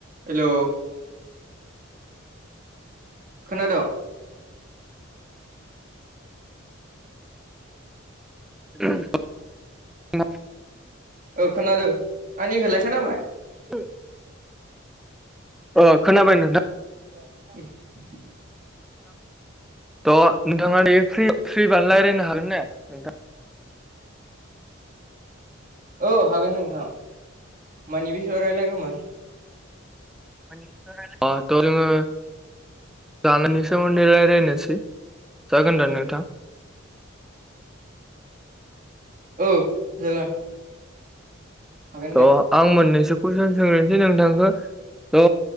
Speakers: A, on the right; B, in the centre.
A: हेल' खोनादोंं
B: <unintelligible>
A: औ खोनादो आंनिखौलाय खोनाबाय।
B: <unintelligible> अ खोनाबाय नोंथां।
A: <unintelligible>
B: थ' नोंथाङा दायो फ्रि-फ्रिबा रायलायनो हागोन ने नोंथां।
A: औ हागोन नोंथां मानि बिषयाव रायलायगोमोन।
B: <unintelligible> नोङो। जानायनि सोमोन्दै रायलायनोसै जागोनदा नोंथां। <inaudible>
A: औ जागोन। हागोन दे
B: अ आं मोननैसो कुइसन सोंनिसै नोंथांखौ। थ'